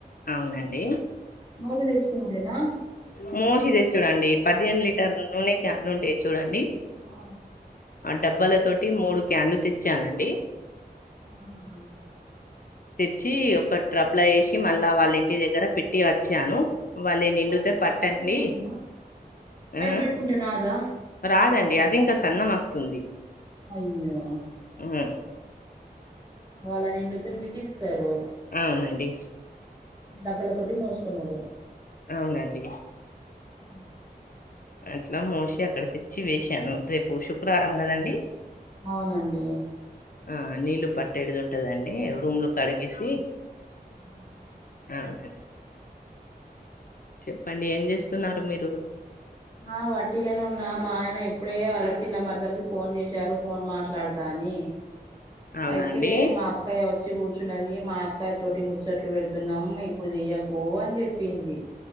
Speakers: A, on the left (about 60°); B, on the right (about 25°).
A: అవునండి
B: మోసి తెచ్చుకుండుదేనా
A: మోసితెచ్చుడండి పదిహేను లీటర్ల నూనె క్యాన్ ఉండేది చూడండి
B: ఆ
A: ఆ డబ్బాల తోటి మూడు క్యాన్లు తెచ్చానండి
B: ఆహా
A: తెచ్చి ఒక ట్రబ్లో వేసి మళ్ళా వాళ్ళ ఇంటి దగ్గర పెట్టి వచ్చాను వాళ్ళు ఈ నిండుతే
B: పైప్ పెట్టుకుంటే
A: పట్టండి
B: ఏం కాలేదా పైప్
A: ఆ
B: పెట్టుకుంటే రాదా
A: రాదండి అది ఇంకా సన్నం వస్తుంది
B: అయ్యో
A: ఉమ్
B: వాళ్ళ నిండుతే మీకు ఇస్తారు
A: అవునండి
B: డబ్పల తోటి మోసుకునుడు
A: అవునండి
B: అ
A: అట్లా మోసి అక్కడ తెచ్చి వేసాను రేపు శుక్రవారం కదండి
B: అవునండి
A: ఆ నీళ్లు పెట్టే ఎడిది ఉంటదండి రూమ్లు కడిగేసి
B: అ
A: అవునండీ చెప్పండి ఏం చేస్తున్నారు మీరు
B: ఆ వట్టిగానే ఉన్నా మా ఆయన ఇప్పుడే వాళ్ళ చిన్న మరదలకి ఫోన్ చేసారు ఫోన్ మాట్లాడతా అని
A: అవునా
B: అయితే
A: అండి
B: మాకు అక్కయ వచ్చి కూర్చున్నది మా అక్కయ తోటి ముచ్చట్లు పెడుతున్నాం ఇప్పుడు చెయ్యకు అని చెప్పింది